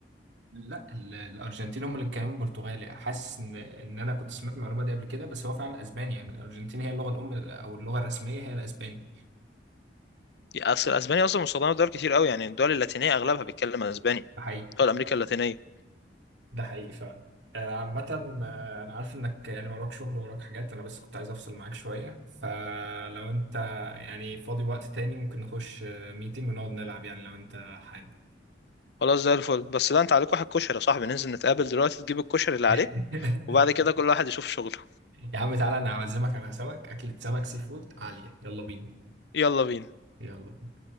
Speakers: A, on the right (about 85°); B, on the left (about 65°).
A: لا ال- الارجنتين هم اللي بيتكلموا برتغالي حاسس ان ان انا كنت سمعت المعلومه دي قبل كده بس هو فعلا اسباني يعني الارجنتين هي اللغه الام او اللغه الرسميه هي الاسباني
B: اصل الاسباني اصلا مستخدمه في دول كتير قوي يعني الدول اللاتينيه اغلبها بيتكلم اسباني
A: ده حقيقي
B: دول امريكا اللاتينيه
A: ده حقيقي فعلا آه، عامة آه، أنا عارف إنك يعني وراك شغل وراك حاجات أنا بس كنت عايز أفصل معاك شوية فلو أنت يعني فاضي وقت تاني ممكن نخش ميتنج ونقعد نلعب يعني لو أنت حابب
B: خلاص زي الفل بس لا انت عليك واحد كشري يا صاحبي ننزل نتقابل دلوقتي تجيب الكشري اللي عليك
A: <laughs>
B: وبعد كده كل واحد يشوف شغله
A: يا عم تعالى أنا أعزمك على سمك أكلة سمك سي فود عالية يلا بينا
B: يلا بينا
A: يلا